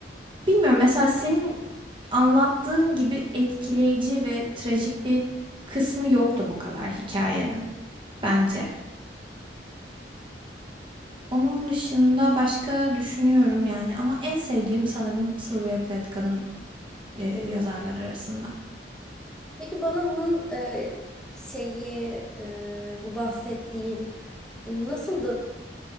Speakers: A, on the right; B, in the centre.
A: bilmiyorum mesela senin anlattığın gibi etkileyici ve trajik bir kısmı yoktu bu kadar hikayenin bence. Onun dışında başka düşünüyorum yani ama en sevdiğim sanırım Sylvia Plath kadın e, yazarlar
B: Hmm.
A: arasında.
B: Peki bana bunun e, şeyi e, bu bahsettiğin e, nasıldı?